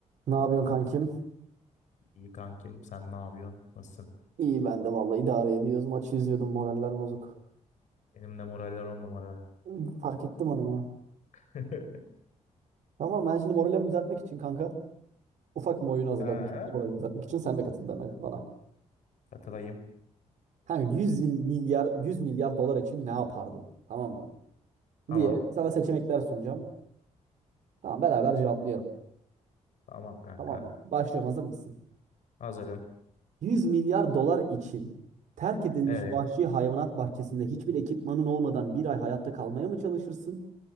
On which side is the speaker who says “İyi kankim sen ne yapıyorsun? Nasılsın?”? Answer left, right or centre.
Left